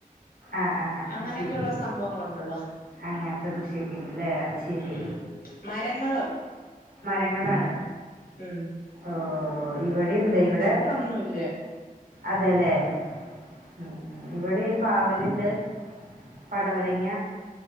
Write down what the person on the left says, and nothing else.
അങ്ങനെയൊക്കെയള്ള
സംഭവങ്ങൾണ്ട്ടോ
ഉം മരങ്ങള്
ഉം
ഒന്നുംല്ലേ